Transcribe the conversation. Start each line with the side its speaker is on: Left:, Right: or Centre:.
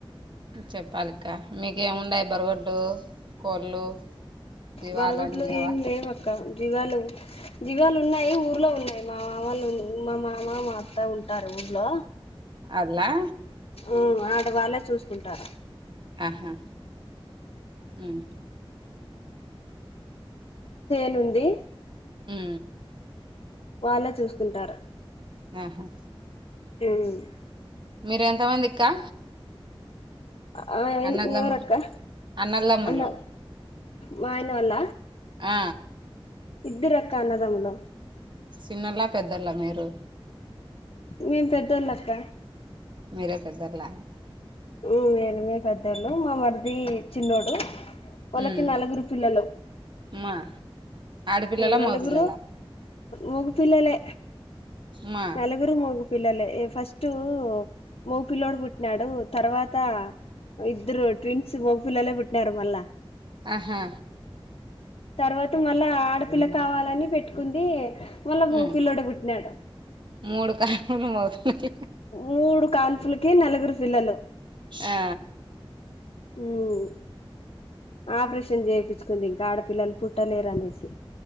Right: చెప్పాలి అక్క మీకే మున్నాయి బరుగొడ్లు కోళ్ళు జీవాలని
Left: బరగోడ్లు
Right: లేవా
Left: ఏమి లేవు అక్క జివాలు జీగాలు ఉన్నాయి ఊర్లో ఉన్నాయి మా మా వాళ్లు మా మామ మా అత్త ఉంటారు ఊర్లో
Right: అదాలా
Left: మ్మ్ ఆడవాళ్ళే చూసుకుంటారు
Right: ఆహా హమ్
Left: చేనుంది
Right: మ్
Left: వాళ్ళే చూసుకుంటారు
Right: ఆహా
Left: <unintelligible>
Right: మీరూ ఎంత మంది అక్కా
Left: ఆ
Right: అన్నదమ్ములు
Left: ఎవరు అక్కా
Right: అన్నదమ్ములు
Left: అన్న మా ఆయన వాళ్ళ
Right: ఆ
Left: ఇద్దరూ అక్కా అన్నదమ్ములు
Right: చిన్నోళ్ల పెద్దోళ్ల మీరు
Left: మేం పెద్దోళ్ళక్క
Right: మీరే పెద్దోళ్ళ
Left: మ్ మేమే మీ పెద్దోళ్ళు మా మరది చిన్నోడు వాళ్ళకి
Right: మ్
Left: నలుగురు పిల్లలు
Right: మా ఆడపిల్లలా
Left: నలుగురు
Right: మగపిల్లలా
Left: మోగ పిల్లలే
Right: మా
Left: నలుగురు మోగ పిల్లలే ఫస్ట్ మోగ పిల్లోడు పుట్టినాడు తర్వాత ఇద్దరు ట్విన్స్ మోగ పిల్లలే పుట్టినారు మళ్ళా
Right: ఆహా
Left: తర్వాత మళ్ళా ఆడపిల్ల కావాలని పెట్టుకుంది మళ్ళా మోగపిల్లోడే
Right: మ్
Left: పుట్టినాడు
Right: మూడు కాన్పులు మోగ పిల్లగ్
Left: మూడు కాల్పులకి నలుగురు పిల్లలు
Right: ఆ
Left: మ్ ఆపరేషన్ చేపించ్ కుంది ఇంకా ఆడపిల్లలు పుట్టలేరు అనేసి